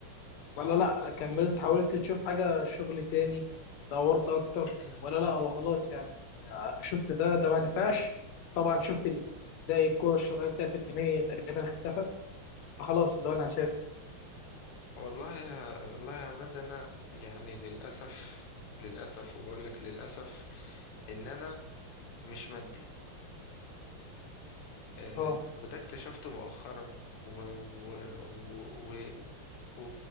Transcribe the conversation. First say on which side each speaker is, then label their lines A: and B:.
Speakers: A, on the left (about 85°); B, on the left (about 70°).
A: ولا
B: اه
A: لا
B: بس
A: كملت حاولت تشوف حاجة شغل تاني دورت اكتر
B: <clears throat>
A: ولا لا هو خلاص يعني انا شفت ده ده ما نفعش طبعا شفت ال- زي الكرة الشرعية بتاعت الجنيه تقريبا اختفت فخلاص اللي هو انا هسافر
B: والله يا والله يا عماد انا يعني للاسف للاسف وبقول لك للاسف ان انا مش مادي آه
A: اه
B: وده اكتشفته مؤخرا و و و و